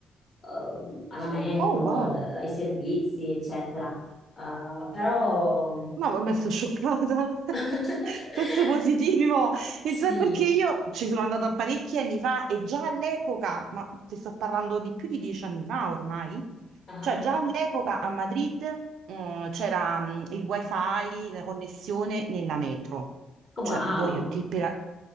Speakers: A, on the left; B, on the right.
A: ehm, alla metro,
B: Oh, wow.
A: al- ai servizi, eccetera. Eh, però
B: No, vabbè, sono scioccata.
A: <laughs>
B: <laughs> Senso positivo. E
A: sì.
B: cioè, perché io ci sono andata parecchi anni fa e già all'epoca, ma ti sto parlando di più di dieci anni fa ormai,
A: Ah.
B: cioè già all'epoca a Madrid, eh, c'era mh, il wifi, la connessione nella metro.
A: Wow.
B: Cioè, voglio che per,